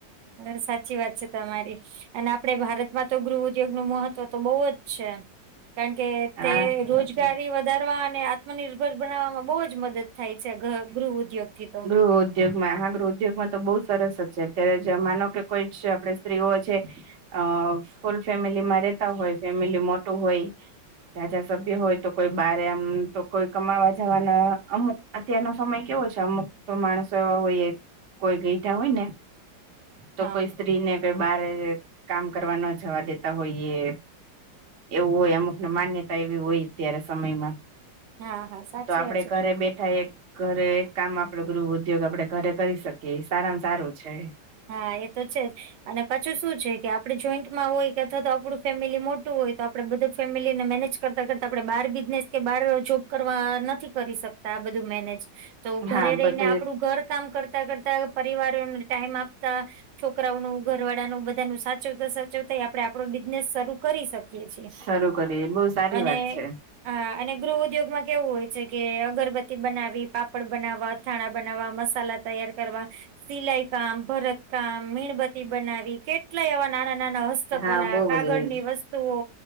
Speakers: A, on the right; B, on the right.
A: હ સાચી વાત છે તમારી અને આપડે ભારતમાં તો ગૃહ ઉદ્યોગ નું મહત્વ તો બહુ જ છે કારણ કે
B: હા
A: તે રોજગારી
B: સાચી
A: વધ વધાર અને આત્મનિર્ભર બનાવામાં બહુ જ મદદ થાય છે ગૃહ ઉદ્યોગ થી તો
B: ગૃહ ઉદ્યોગમાં હ ગૃહ ઉદ્યોગમાં તો બહુ સરસ જ છે અત્યારે માનો કે કોઈ આપડ સ્ત્રીઓ છે અ ફૂલ ફેમિલી માં રેતા હોય ફેમિલી મોટું હોય જાજા સભ્ય હોય તો કોઈ બારે એમ તો કોઈ કમાવા જવાના અમ અત્યારનો સમય કેવો છે અમુક તો માણસો એવા હોય કોઈ ગયઠા હોય ને તો
A: હા
B: કોઈ સ્ત્રીને કે બારે કામ કરવા ન જવા દેતા હોઈએ. એવું હોય અમુકને માન્યતા એવી હોય અત્યારે સમયમાં
A: હા હા સાચી
B: તો આપડે
A: વાત છે.
B: ઘરે બેઠ એક ઘરે એક કામ આપડે ગૃહ ઉદ્યોગ આપડે ઘરે કરી શકીએ સારામાં સારું છે
A: હા એ તો છે જ અને પાછું શું છે કે આપે જોઈન્ટમાં હોય કે અથવા તો આપણું ફેમિલી મોટું હોય તો આપણેે બધા ફેમિલીને મેનેજ કરતા કરતાં આપડણે બાર બિઝનેસ કે બાર જોબ કરવા નથી કરી શકતા આ બધું મેનેજ તો
B: હા
A: ઘરે રહીને
B: બધું
A: આપણું ઘર કામ કરતા કરતા પરિવારોને ટાઈમ આપ તા છોકરાઓનું ઘર વાળાનું બધા નું સાચવતા સાચવ જો ત‌ઈ આપડે આપડો બિઝનેસ શરૂ કરી શકીએ છીએ
B: એક શરૂ કરીએ બહુ સારી
A: અને
B: વાત છે
A: હ અને ગૃહ ઉદ્યોગમાં કેવું હોય છે કે અગરબત્તી બનાવી પાપડ બનાવવા અથાણા બનાવવા મસાલા તૈયાર કરવા સિલાઈ કામ ભરત કામ મીણબત્તી બનાવી કેટલા એવા નાના નાના હ હસ્તકલા
B: હા બહુ
A: કાગળ
B: બધું
A: ની વસ્તુઓ